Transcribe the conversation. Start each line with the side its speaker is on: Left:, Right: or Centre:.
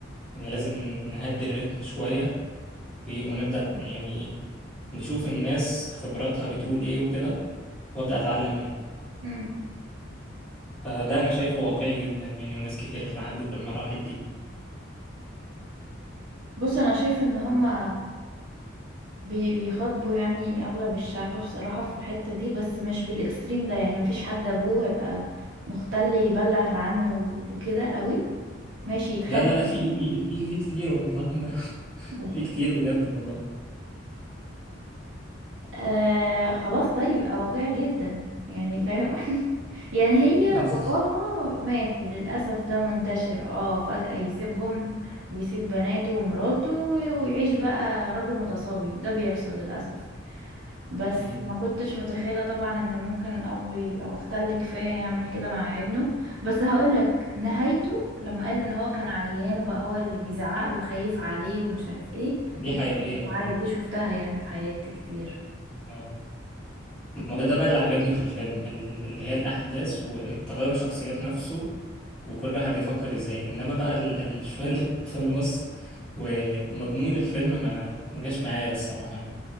Centre: يعني لازم نهدي الريتم شوية و- ونبدأ يعني ايه نشوف الناس خبراتها بتقول ايه وكده وابدأ اتعلم منهم
Right: مم.
Centre: فده انا شايفه واقعي جدا يعني وناس كتير عدت بالمراحل دي
Right: بص انا شايفه ان هما بي- بيخاطبوا يعني اغلب الشعب بصراحه في الحته دي بس مش بالاكستريم ده يعني مفيش حد ابوه هيبقى مختل يبلغ عنه وكده قوي ماشي يتخانق
Centre: لا لا لا في
Right: معاه.
Centre: في في في كتير والله <laughs> ما
Right: ماشي
Centre: في كتير بجد والله
Right: آه خلاص طيب يبقى واقعي جدا يعني فاهم <laughs> يعني هي
Centre: <laughs>
Right: باباها ماشي للأسف ده منتشر اه فجأة يسيبهم ويسيب بناته ومراته ويعيش بقى راجل متصابي ده بيحصل للأسف بس
Centre: مم.
Right: ما كنتش متخيلة طبعا ان ممكن الأب يبقى مختل كفاية يعمل كده مع ابنه بس هقولك نهايته لما قال ان هو كان عيان وبقى هو اللي بيزعق له خايف عليه ومش عارف ايه
Centre: دي
Right: دي
Centre: حقيقية
Right: كنت
Centre: فعلا
Right: بعيط، دي شفتها يعني في حياتي كتير
Centre: اه ما ده ده بقى اللي عجبني في الفيلم ال- اللي هي الأحداث وتغير الشخصيات نفسه وكل واحد بيفكر ازاي انما بقى ال- ال- شوية اللي <laughs> في النص ومضمون الفيلم ما ما جاش معايا الصراحة يعني